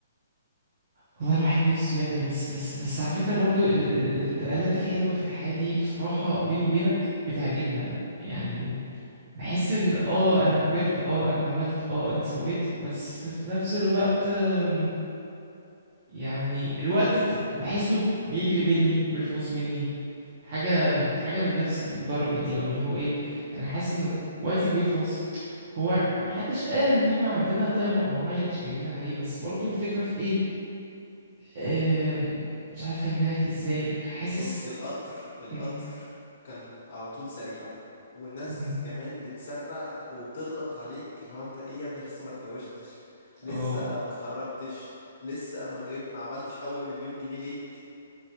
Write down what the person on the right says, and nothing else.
والله الواحد نفسه يا ابني بس بس بس على فكره برضو ال- ال- الانتقالات الحلوه في الحياه دي بصراحه بيني وبينك بتعجبني انا يعني بحس ان اه انا كبرت اه انا عملت اه انا سويت بس في نفس الوقت أم، يعني الوقت ت- بحسه بيجري مني بيخلص مني حاجة حاجة من نفس الدرجة دي او اللي هو ايه انا حاسس ان وقتي بيخلص هو محدش قال ان احنا عندنا تايمر معين شغالين عليه بس برضو الفكرة في ايه آم، مش عارف افهمها لك ازاي حاسس
مم،
مهم.
اه